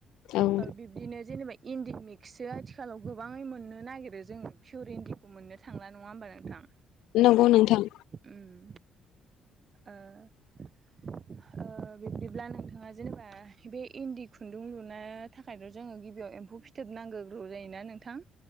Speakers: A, on the left; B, on the right.
A: औ।
B: ओ बिब्दिनो जेनेबा इन्दि मिक्सो आथिखालाव गोबाङै मोननो नागिरो जोङो पियर इन्दिखौ मोननो थांला नङा हो मबा नोंथां।
A: नंगौ नोंथां।
B: उम ओ ओ बिब्दिब्ला नोंथाङा जेनेबा बे इन्दि खुन्दुं लुनो थाखायथ' जोङो गिबियाव एम्फौ फिथोब नांगोग्रौ जायोना नों नोंथां।